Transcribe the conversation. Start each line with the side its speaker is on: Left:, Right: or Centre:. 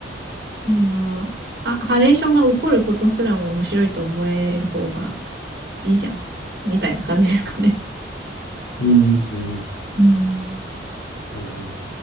Right: あの、あ、ハレーションが起こることすらも面白いと思える方がいいじゃん。みたいな感じですかね。
Left: う。うんうん
Right: うん。
Left: うん